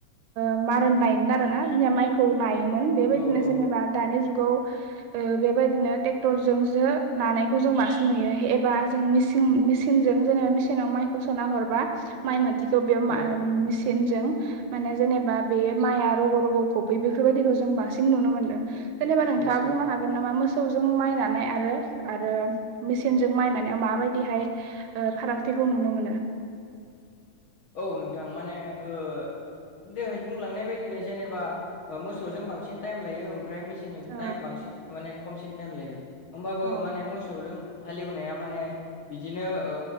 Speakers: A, on the right (about 75°); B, on the left (about 60°).
A: मारन नायोमोन आरो ना जोंनिया माइखौ नायोमोन बेबायदिनो
B: औ औ
A: जेनेबा दानि जुगाव ओ बेबायदिनो ट्रेक्टर जोंसो नानायखौ जों बांसिन नुयो एबा जों मेचिं-मिचिंजों जेनेबा मेचिनाव माइखौ सोना हरबा माइ मोथिखौ बेयाव मा
B: औ
A: ओ मेचिनजों माने जेनेबा बे माइआ रग' रग' गबै बेफोरबायदिखौ जों बांसिन नुनो मोनदों जेनेबा नोंथांङा
B: औ औ
A: बुंनो हाग गोन नामा मोसौजों मायनानाय आरो आरो मेचिनजों मायनानायाव माबायदिहाय ओ फारागथिखौ नुनो मोनो
B: औ नोंथां माने ओ दोहाय बुंलांनाय बायदिनो जेनेबा ओ मोसौजों बांसिन टाइम लायो ओमफ्राय मेसिनजों
A: औ
B: बांसिन माने खमसिन टाइम लायो। होमबाबो
A: औ
B: माने मोसौदों हालेवनाया माने बिदिनो ओ